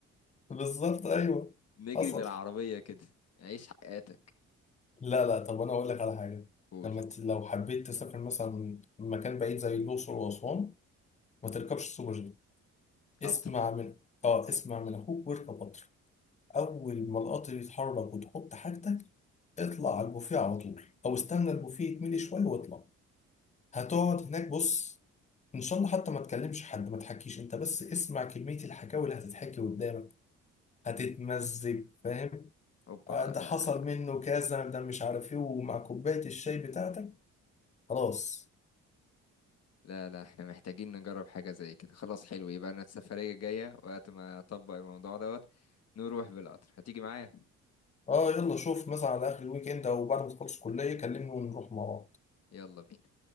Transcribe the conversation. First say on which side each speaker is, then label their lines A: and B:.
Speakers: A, on the left; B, on the left.
A: بالظبط ايوه
B: نجري
A: حصل
B: بالعربية كده عيش حياتك
A: لا لا طب انا اقول لك على حاجه
B: قول
A: لما ت... لو حبيت تسافر مثلا مكان بعيد زي الاقصر واسوان ما تركبش سوبر جيت اسمع
B: قطر
A: من اه اسمع من اخوك واركب قطر اول ما القطر يتحرك وتحط حاجتك اطلع على البوفيه على طول او استنى البوفيه يتملي شويه واطلع هتقعد هناك بص ان شاء الله حتى ما تكلمش حد ما تحكيش انت بس اسمع كميه الحكاوي اللي هتتحكي قدامك هتتمزج فاهم
B: اوبا
A: آه، ده
B: لا
A: حصل منه كذا ده مش عارف ايه ومع كوبايه الشاي بتاعتك خلاص
B: لا لا احنا محتاجين نجرب حاجة زي كده خلاص حلو يبقى انا السفرية الجاية وقت ما اطبق الموضوع دوت نروح بالقطر هتيجي معايا
A: اه يلا شوف مثلا على اخر الويك اند او بعد ما تخلص الكليه كلمني ونروح مع بعض
B: يلا بينا